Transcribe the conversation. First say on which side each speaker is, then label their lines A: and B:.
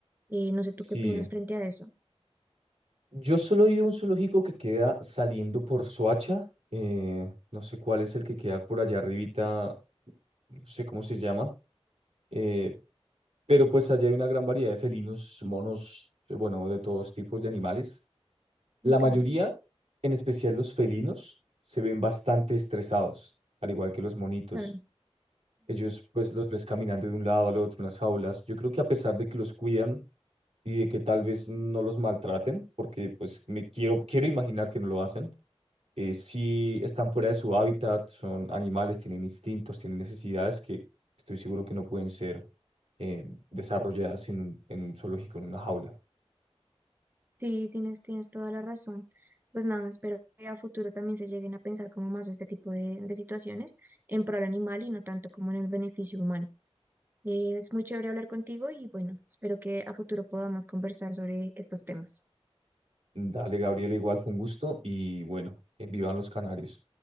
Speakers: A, on the right; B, on the right.
A: Eh, no sé
B: Sí,
A: tú qué opinas frente a eso.
B: yo solo he ido a un zoológico que queda saliendo por Soacha, eh, no sé cuál es el que queda por allá arribita, no sé cómo se llama, eh, pero pues allá hay una gran variedad de felinos, monos, eh, bueno, de todos tipos de animales. La
A: Ok,
B: mayoría, en especial los felinos, se ven bastante estresados, al igual que los monitos.
A: claro.
B: Ellos pues los ves caminando de un lado al otro en las jaulas. Yo creo que a pesar de que los cuidan, y de que tal vez no los maltraten, porque pues me quiero, quiero imaginar que no lo hacen. Eh, si están fuera de su hábitat, son animales, tienen instintos, tienen necesidades que estoy seguro que no pueden ser eh, desarrolladas en, un- en un zoológico, en una jaula.
A: Sí, tienes, tienes toda la razón. Pues nada, espero que a futuro también se lleguen a pensar como más este tipo de, de situaciones en pro al animal y no tanto como en el beneficio humano. Eh, Es muy chévere hablar contigo y bueno, espero que a futuro podamos conversar sobre estos temas.
B: Dale, Gabriela, igual fue un gusto y bueno, eh, vivan los canarios.